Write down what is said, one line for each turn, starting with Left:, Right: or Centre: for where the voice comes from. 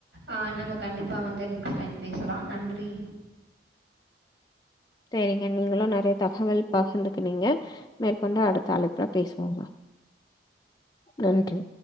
Right: அ நம்ம கண்டிப்பா வந்து நெக்ஸ்ட் டைம் பேசலா நன்றி
Left: தேரிங்க நீங்ளு நெறையத் தகவல் பகிர்ந்துகுனீங்க மேற்கொண்டு அடுத்த அழைப்புல பேசுவோங்க நன்றி